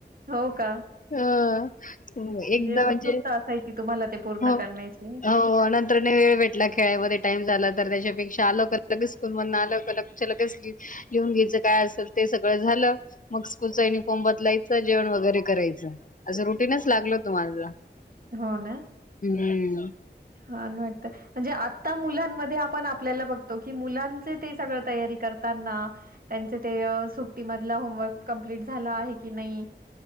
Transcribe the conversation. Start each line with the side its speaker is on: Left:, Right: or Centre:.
Right: हो का?
Left: हह एकदा
Right: उत्सुकता
Left: म्हणजे-
Right: असायची तुम्हाला ते पूर्ण
Left: हो
Right: करण्याची.
Left: हो नंतर न वेळ भेटला खेळामध्ये <unintelligible> ते सगळ झाल. मग स्कूल चा युनिफॉर्म बदलायचा जेवण वगैरे करायच आस रूटिंगच लागल होत. तुम्हाला
Right: हो ना.
Left: हम्म.
Right: छान वाटतं म्हणजे आता मुलांमध्ये आपण आपल्याला बघतो, की मुलांच ते सगळ तयारी करताना तेंच ते सुट्टी मधला होमवर्क कंप्लीट झाला आहे की नाही